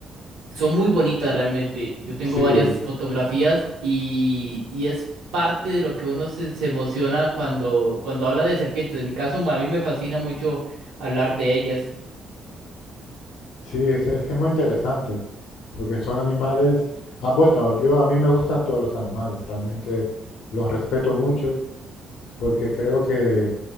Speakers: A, on the right; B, on the left.
A: Son muy bonitas realmente. Yo tengo
B: Sí,
A: varias fotografías y, y es parte de lo que uno se, se emociona cuando, cuando habla de serpientes. En mi caso, a mí me fascina mucho hablar de ellas.
B: sí, es, es que es muy interesante porque son animales. Ah, bueno, yo a mí me gustan todos los animales, realmente los respeto mucho porque creo que